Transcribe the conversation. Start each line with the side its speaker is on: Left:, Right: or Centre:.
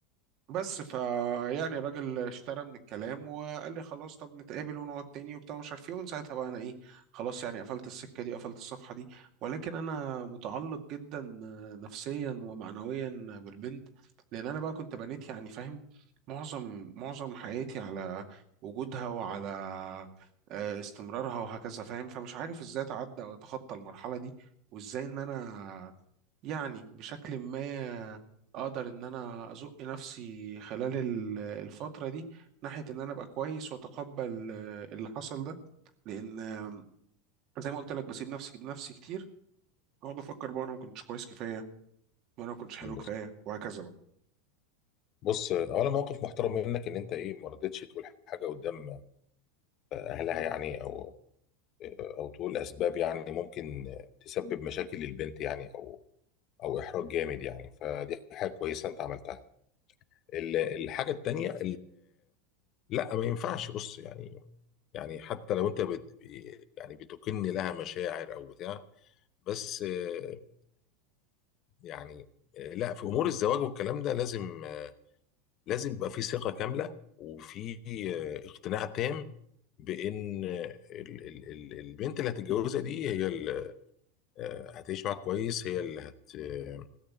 Right: بس فا يعني الراجل اشترى من الكلام وقال لي خلاص طب نتقابل ونقعد تاني وبتاع مش عارف ايه ومن ساعتها بقى انا ايه خلاص يعني قفلت السكه دي قفلت الصفحه دي ولكن انا متعلق جدا نفسيا ومعنويا بالبنت لان انا بقى كنت بنيت يعني فاهم معظم معظم حياتي على وجودها وعلى آه، استمرارها وهكذا فاهم فمش عارف ازاي اتعدى واتخطى المرحله دي وازاي ان انا يعني بشكل ما اقدر ان انا ازق نفسي خلال ال- الفترة دي ناحية ان انا ابقى كويس واتقبل آه، اللي حصل ده لان آم، زي ما قلت لك بسيب نفسي نفسي كتير اقعد افكر بقى انا ما كنتش كويس كفاية وانا ما كنتش حلو كفاية
Left: بص
Right: وهكذا بقى
Left: بص اولا موقف محترم منك ان انت ايه ما رضيتش تقول حاجه قدام اهلها يعني او او تقول اسباب يعني ممكن تسبب مشاكل للبنت يعني او او احراج جامد يعني فدي حاجه كويسه انت عملتها ال- الحاجه التانيه لا ما ينفعش بص يعني يعني حتى لو انت بت يعني بتكن لها مشاعر او بتاع بس آه، آه، يعني آه، لا في امور الزواج والكلام ده لازم آه، لازم يبقى في ثقة كاملة وفي آه، اقتناع تام بان آه، ال- ال- ال- البنت اللي هتتجوزها دي هي اللي آه، هتعيش معاك كويس هي اللي هت آه،